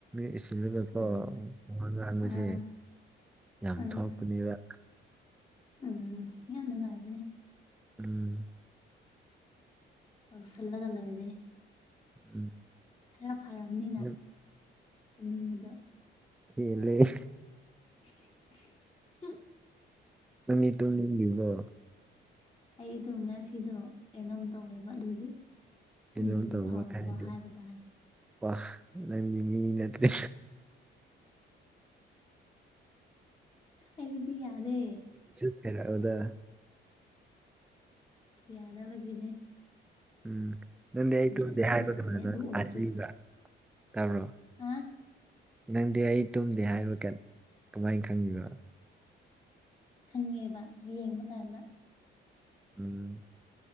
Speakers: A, in the centre; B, on the left.
A: ꯎꯏꯁꯤꯜꯂꯒꯀꯣ
B: ꯎꯝ
A: ꯋꯥ ꯉꯥꯡꯕꯁ‌ꯦ
B: ꯑꯥ
A: ꯌꯥꯝ
B: ꯑꯥ
A: ꯊꯣꯛꯄꯅꯦꯕ
B: ꯎꯝ ꯌꯥꯝ ꯅꯨꯡꯉꯥꯏꯕꯅꯦ
A: ꯎꯝ
B: ꯇꯧꯁꯜꯂꯒ ꯂ‌ꯣꯏꯔꯦ
A: ꯎꯝ
B: ꯈꯔ ꯐꯔꯝꯅꯤꯅ
A: ꯅꯪ
B: ꯇꯨꯝꯅꯤꯡꯕꯗꯣ
A: ꯍ‌ꯦꯜꯂ‌ꯦ
B: <unintelligible>
A: ꯅꯃꯤꯠꯗꯨ ꯎꯏꯗꯔꯤꯕꯣ
B: ꯑꯩꯗꯣ ꯉꯁꯤꯗꯣ ꯀꯩꯅꯣꯝ ꯇꯧꯌ‌ꯦꯕ ꯑꯗꯨꯒꯤ
A: ꯀꯩꯅꯣ
B: ꯇꯨꯝꯅꯤꯡꯕ
A: ꯇꯧꯕ
B: ꯐꯥꯎꯗꯕ
A: ꯈꯔꯗꯤ
B: ꯍꯥꯏꯕ ꯇꯥꯔꯦ
A: ꯋꯥ ꯅꯪꯗꯤ ꯃꯤ ꯅꯠꯇ꯭ꯔꯦ
B: ꯑꯩꯒꯤꯗꯤ ꯌꯥꯗꯦ
A: ꯐꯩꯔꯛꯑꯣꯗ
B: ꯌꯥꯅꯕꯒꯤꯅꯦ
A: ꯎꯝ ꯅꯪꯗꯤ ꯑꯩ ꯇꯨꯝꯗꯦ
B: ꯑꯇꯩꯁꯨ
A: ꯍꯥꯏꯕ
B: ꯇꯧꯗꯦ
A: ꯀꯩꯅꯣꯗ
B: ꯑꯗꯨ ꯑꯣꯏꯔꯁꯨ
A: <unintelligible> ꯇꯥꯕꯔ‌ꯣ
B: ꯍꯥ
A: ꯅꯪꯗꯤ ꯑꯩ ꯇꯨꯝꯗꯦ ꯍꯥꯏꯕ ꯀꯃꯥꯏꯅ ꯈꯪꯕꯤꯕ
B: ꯈꯪꯉꯦꯕ ꯌꯦꯡꯕ ꯀꯥꯟꯗ
A: ꯎꯝ